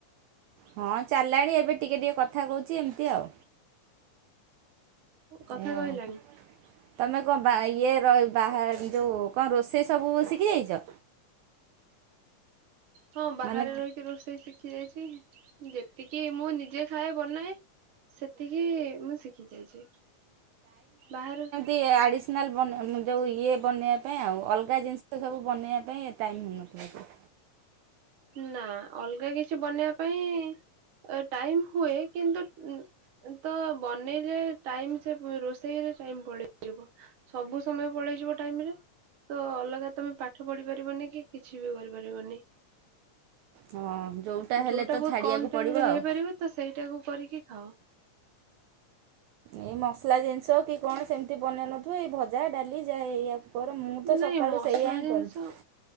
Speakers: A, on the right; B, on the right.
A: ହଁ ଚାଲିଲାଣି ଏବେ ଟିକେ ଟିକେ କଥା କହୁଚି ଏମିତି ଆଉ।
B: କଥା
A: ଏଇଆ ଆଉ।
B: କହିଲାଣି?
A: ତମେ କଁ ବା ଇଏ ର ବାହା ଯଉ କଁ ରୋଷେଇ ସବୁ ଶିଖିଯାଇଚ?
B: ହଁ ବାହାରେ
A: ମାନେ
B: ରହିକି ରୋଷେଇ ଶିଖି ଯାଇଚି ଯେତିକି ମୁଁ ନିଜେ ଖାଏ ବନାଏ। ସେତିକି ମୁଁ ଶିଖି ଯାଇଚି ବାହାରେ
A: ଏ ଆଡିସନାଲ୍ ବନା ଯେଉଁ ଇଏ ବନେଇବା ପାଇଁ ଆଉ ଅଲଗା ଜିନିଷ ସବୁ ବନେଇବା ପାଇଁ ଏ ଟାଇମ୍ ହଉନଥିବ ତ
B: ନା ଅଲଗା କିଛି ବନେଇବା ପାଇଁ ଟାଇମ୍ ହୁଏ କିନ୍ତୁ ଉ ତ ବନେଇଲେ ଟାଇମ୍ ସେ ରୋଷେଇରେ ଟାଇମ୍ ପଳେଇଯିବ। ସବୁ ସମୟ ପଳେଇଯିବ ଟାଇମରେ। ତ ଅଲଗା ତମେ ପାଠ ପଢି ପାରିବନିକି କିଛିବି କରିପାରିବନି।
A: ହଁ ହେଲେ
B: ଯୋଉଟା
A: ତ
B: ବହୁତ୍
A: ଛାଡ଼ିବାକୁ
B: କମ୍ ଟାଇମରେ
A: ପଡ଼ିବ ଆଉ।
B: ହେଇପାରିବ ତସେଇଟାକୁ କରିକି ଖାଅ।
A: ଏ ମସଲା ଜିନିଷ କିକଣ ସେମିତି ବନେଇ ନଥିବ ଏଇ ଭଜା ଡାଲି ଯାହା ଏଇଆ କର ମୁଁତ
B: ନାଇଁ
A: ସକାଳୁ
B: ମସଲା
A: ସେଇଆହିଁ
B: ଜିନିଷ
A: କରୁଚି।